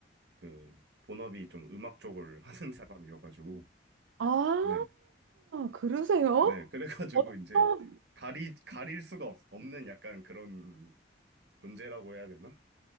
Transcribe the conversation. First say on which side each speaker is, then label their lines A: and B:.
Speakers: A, on the right; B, on the right.
A: 그 본업이 좀 음악 쪽을 <laughs> 하는 사람이어가지고
B: 아,
A: 네.
B: 그러세요?
A: 네. 그래가지고
B: 어떤,
A: 이제 가리 가릴 수가 없, 없는 약간 그런 존재라고 해야 되나?